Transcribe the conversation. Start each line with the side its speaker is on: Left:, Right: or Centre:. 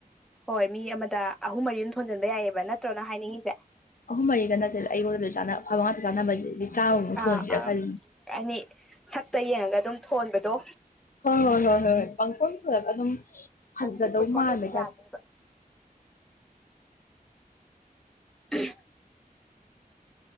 Centre: ꯍꯣꯏ ꯃꯤ ꯑꯃꯗ ꯑꯍꯨꯝ ꯃꯔꯤ ꯊꯣꯟꯖꯟꯕ ꯌꯥꯏꯑꯕ ꯅꯠꯇ꯭ꯔꯣꯅ ꯍꯥꯏꯅꯤꯡꯉꯤꯁꯦ
Left: ꯑꯍꯨꯝ ꯃꯔꯤꯒ ꯅꯠꯇꯦꯗ ꯑꯩꯉꯣꯟꯗ ꯂꯣꯏ ꯆꯥꯅ ꯑꯐꯕ ꯉꯥꯛꯇ ꯆꯥꯅꯕꯁꯤꯗꯤ ꯆꯥꯝꯃꯃꯨꯛ ꯊꯣꯟꯁꯤꯔ
Centre: ꯑꯥ ꯑꯥ
Left: ꯈꯜꯂꯤ
Centre: ꯑꯅꯤ ꯁꯛꯇ ꯌꯦꯡꯉꯒ ꯑꯗꯨꯝ ꯊꯣꯟꯕꯗꯣ
Left: ꯍꯣꯏ ꯍꯣꯏ ꯍꯣꯏ ꯍꯣꯏ ꯍꯣꯏ ꯄꯪ ꯀꯣꯟꯁꯨ ꯂ ꯑꯗꯨꯝ ꯐꯖꯅꯗꯧ
Centre: ꯑꯗꯨꯒꯤ ꯈꯨꯊꯣꯟꯗꯣ
Left: ꯃꯥꯥꯟꯃꯦ
Centre: ꯑꯗꯨꯝ ꯌꯥꯅꯤꯕ
Left: ꯆꯥꯛ
Centre: <inaudible>